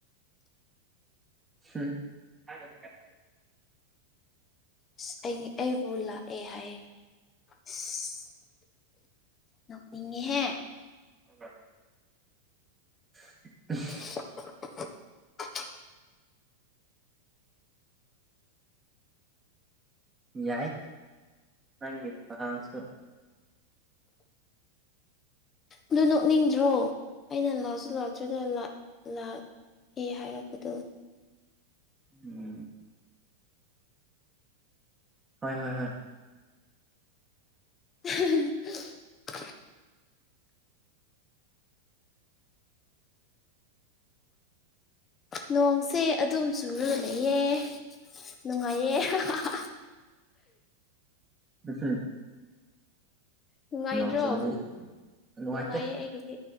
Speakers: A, on the right; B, on the left.
A: ꯍꯨꯝ <unintelligible>
B: ꯏꯁ ꯑꯩ ꯑꯩꯕꯨ ꯂꯥꯛꯑꯦ ꯍꯥꯏꯌꯦ ꯏꯁ ꯅꯣꯛꯅꯤꯡꯉꯦꯍꯦ
A: <inaudible> <unintelligible>
B: <unintelligible>
A: ꯌꯥꯏ ꯅꯪꯒꯤ ꯄ꯭ꯔꯅꯥꯎꯟꯁ ꯇꯨ
B: ꯑꯗꯨ ꯅꯣꯛꯅꯤꯡꯗ꯭ꯔꯣ ꯑꯩꯅ ꯂꯥꯛꯁꯨ ꯂꯥꯛꯇ꯭ꯔꯒ ꯂꯥꯛ ꯑꯦ ꯍꯥꯏꯔꯛꯄꯗꯨ
A: ꯎꯝ ꯍꯣꯏ ꯍꯣꯏ ꯍꯣꯏ
B: <unintelligible> ꯅꯣꯡꯁꯦ ꯑꯗꯨꯝ ꯆꯨꯔꯒ ꯂꯩꯌꯦ ꯅꯨꯡꯉꯥꯏꯌꯦ <unintelligible>
A: <unintelligible>
B: ꯅꯨꯡꯉꯥꯏꯗ꯭ꯔꯣ
A: ꯅꯣꯡ ꯆꯨꯔꯗꯤ ꯅꯨꯡꯉꯥꯏꯇꯦ
B: ꯅꯨꯡꯉꯥꯏꯌꯦ ꯑꯩꯗꯤ